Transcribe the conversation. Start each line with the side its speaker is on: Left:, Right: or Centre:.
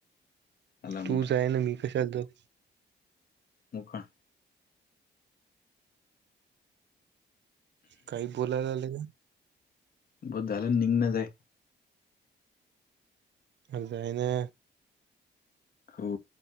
Left: आला मोठा
Right: तू जाय ना मी कशाला जाऊ.
Left: मुका.
Right: काही बोलायला लागल ग.
Left: बस झालन नीगनच हाय.
Right: अ जाईना.
Left: हो,